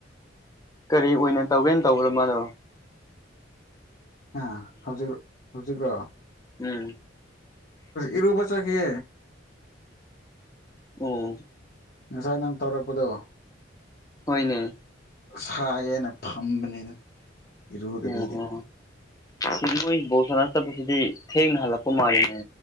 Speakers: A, on the left; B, on the left.
A: ꯀꯔꯤ ꯑꯣꯏꯅ ꯇꯧꯒꯦꯅ ꯇꯧꯕ꯭ꯔ ꯃꯥꯂꯣ
B: ꯑ ꯍꯧꯖꯤꯛ ꯍꯧꯖꯤꯛ꯭ꯔꯣ
A: ꯎꯝ
B: ꯏꯔꯕꯁꯆꯥ ꯀ
A: ꯎꯝ
B: ꯉꯁꯥꯏ ꯅꯪ ꯇꯧꯔꯛꯄꯗꯣ
A: ꯍꯣꯏꯅꯦ
B: ꯁꯥꯏꯌꯦꯅ ꯐꯝꯕꯅꯤꯗ ꯏꯔꯨꯗꯕꯤꯗ
A: ꯎ ꯍ ꯁꯤꯒ ꯣ ꯁꯔ ꯆꯠꯄꯁꯤꯗꯤ ꯊꯦꯡꯅ ꯍꯜꯂꯛꯄ ꯃꯥꯜꯂꯦꯅꯦ